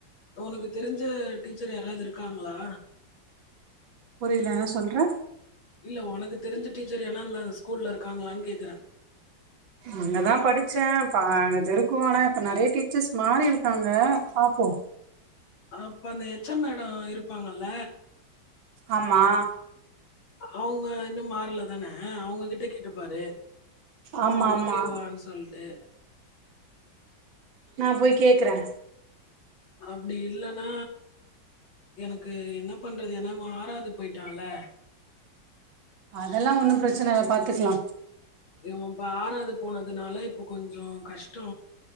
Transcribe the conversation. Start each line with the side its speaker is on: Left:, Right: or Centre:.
Left: உனக்கு தெரிஞ்ச டீச்சர் யாராவது இருக்காங்களா
Right: புரில என்ன சொல்ற
Left: இல்ல உனக்கு தெரிஞ்ச டிச்சர் யானா இந்த ஸ்கூல்ல இருக்காங்களான்னு கேக்குறே
Right: அங்கதா படிச்சே பா அங்க தெருக்குவாங்க இப்ப நெறைய டீச்சர்ஸ் மாறி இருக்காங்க ங்க பாப்போ
Left: அப்ப அந்த எச் எம் மேடம் இருப்பாங்கல்ல
Right: ஆம்மா
Left: அவங்க இன்னு மாறல தான அவங்ககிட்ட கேட்டுப்பாரு
Right: ஆமா ஆமா
Left: ஓகேவான்னு சொல்ட்டு
Right: நா போய் கேக்குறே
Left: அப்டி இல்லைன்னா எனக்கு என்ன பண்றது ஏன்னா இவன் ஆறாவது போயிட்டான்ல
Right: அதெல்லா ஒன்னு பிரச்சன இல பாத்துக்கலா
Left: இவன்ப்ப ஆறாது போனதுனால இப்ப கொஞ்சோ கஷ்டோ